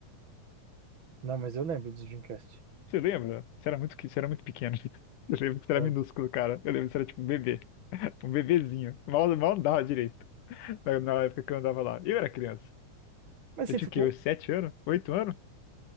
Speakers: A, on the right; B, on the left.
A: Não, mas eu lembro do Dreamcast.
B: Você lembra? Você era muito, que- você era muito pequeno. <laughs> Eu lembro que você
A: Lembro.
B: era minúsculo, cara. Eu lembro que você era tipo um bebê, um bebezinho. Mal, mal andava direito. Na na época que eu andava lá. Eu era criança.
A: Mas
B: Eu
A: você
B: tinha
A: ficou?
B: o quê? Uns Sete anos? Oito anos?